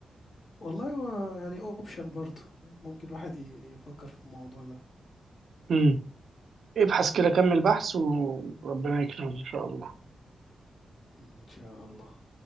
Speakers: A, on the left; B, on the right.
A: والله هو يعني option برضه، ممكن الواحد ي يفكّر في الموضوع ده.
B: امم ابحث كده كمل بحث وربنا يكرمك ان شاء الله
A: إن شاء الله.